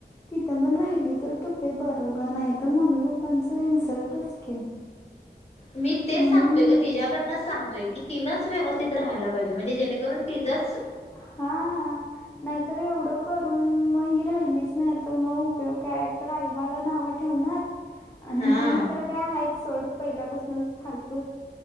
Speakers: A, on the left (about 20°); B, on the left (about 40°).
A: तिथं पण राहिली तर तोपे बरं ग, नाही तर मम्मी पप्पांचं इन्सल्टच की.
B: मी तेच
A: म्हणून
B: सांगतोय गं, तिच्याकडनंच सांगतोय कि तिनंच व्यवस्थित राहायला पाहिजे, म्हणजे जेणेकरून तिजच
A: हा, नाहीतर एवढं करून मग ही राहिलीच नाही तर मग उपयोग काय, एक तर काय आईबाला नावं ठेवणार. आणि
B: हा
A: ही तर काय आहे सोड पहिल्यापासूनच फालतुक,